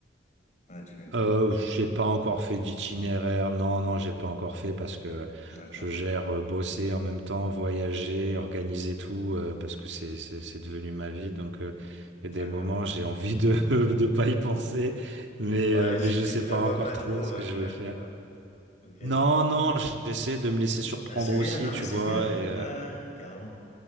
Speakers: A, on the left; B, on the right.
A: Ouais, tu m'étonnes.
B: Euh, j'ai pas encore fait d'itinéraire, non, non, j'ai pas encore fait parce que
A: D'accord,
B: je gère euh, bosser en même temps, voyager, organiser tout, euh, parce que c'est, c'est, c'est devenu ma vie, donc euh, il y a
A: d'accord.
B: des moments j'ai envie de, <laughs> de pas y penser, mais,
A: Ouais,
B: euh, mais
A: tu,
B: je
A: tu
B: sais
A: prévois
B: pas encore
A: pas
B: trop
A: trop,
B: ce
A: ouais,
B: que je
A: ouais,
B: vais faire.
A: je vois. Ok.
B: Non, non, j'essaie de me laisser surprendre
A: ben c'est
B: aussi,
A: bien, non,
B: tu
A: mais c'est
B: vois,
A: bien.
B: et, euh,
A: Ouais, ouais, carrément.